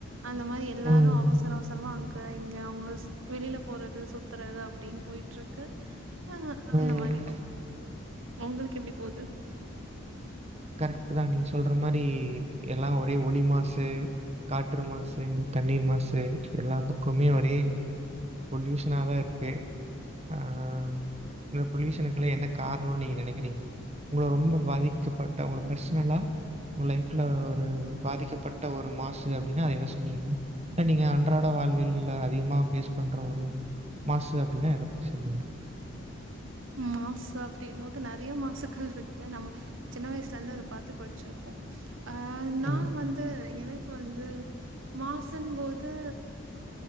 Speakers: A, on the right (about 70°); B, on the right (about 30°).
A: அந்த மாரி எல்லாரு
B: ம்
A: அவசர அவசரமா அங் க இங்க அவுங்கஸ் வெளில போறது சுத்தறது அப்புடின் போயிட்ருக்கு அ‌ஹ அந்த
B: ம்
A: மாரி ஒ ஒங்களுக்கு எப்பிடி போது
B: கரெக்ட்டு தா நீங்க சொல்ற மாரி எல்லா ஒரே ஒளி மாசு காற்று மாசு தண்ணீர் மாசு எல்லா பக்கமே ஒரே பொல்யூஷ னா தா‌ இருக்கு ஆ ஆ இந்த பொல்யூஷனுக்கெல்லா என்ன காரணனு நீங்க நெனைக்கறிங்க உங்கள ரொம்ப பாதிக்கப்பட் ட உங்க பர்சனலா உங்க லைஃப்ல ஒரு பாதிக்கப்பட்ட ஒரு மாசு அப்பிடின்னா எத சொல்லுவீங்க நீங்க அன்றாட வாழ்வியல்ல அதிகமா ஃபேஸ் பண்ற ஒரு மாசு அப்படின்னா எத பத்தி சொல்லுவீங்க
A: மாசு அப்பிடின் போது நறைய மாசுக்கள் இருக்கு நம்ம சின்ன வயசுல இருந்து அதை பாத்து படிச்சிருக்கோ ஆஹ் நா
B: ம்,
A: வந்து என வந்து மாசுன் போது